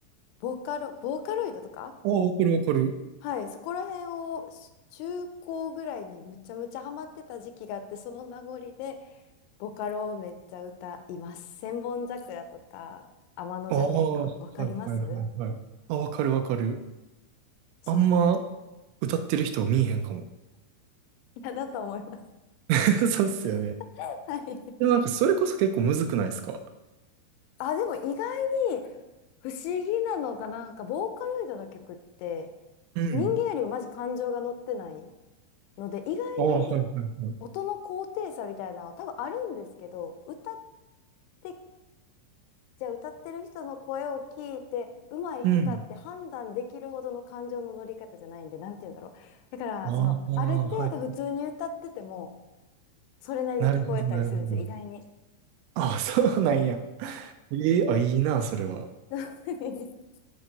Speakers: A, on the left; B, on the right.
A: ボカロ、ボーカロイドとか
B: ああ、わかるわかる。
A: はい、そこら辺をし中高ぐらいにむちゃむちゃハマってた時期があって、その名残で、ボカロをめっちゃ歌います。千本桜とか、天の尺とか、
B: ああ、はいはいはいはい。
A: わかります
B: あ、わかるわかる。
A: そうなん。
B: あんま歌ってる人見えへんかも。
A: いや、だと思います。
B: <laughs> そうっすよね。
A: <laughs> はい。
B: でもなんかそれこそ結構むずくないですか
A: あ、でも意外に不思議なのが、なんか、ボーカロイドの曲って、
B: うん。
A: 人間よりもまず感情が乗ってないので、意外
B: ああ、はいはいはい。
A: 音の高低差みたいなのは多分あるんですけど、歌って、じゃあ歌ってる人の声を聞いて、うまい下手って判断できるほどの感情の乗り方じゃないんで、
B: うん。
A: なんて言うんだろう。だから、
B: ああ、
A: その、
B: はいはいはい。
A: ある程度普通に歌ってても、それなりに聞こえたりするんですよ、
B: なるほどなるほど。
A: 意外に。
B: ああ、そうなんや。ええあ、いいな、それは。
A: <laughs>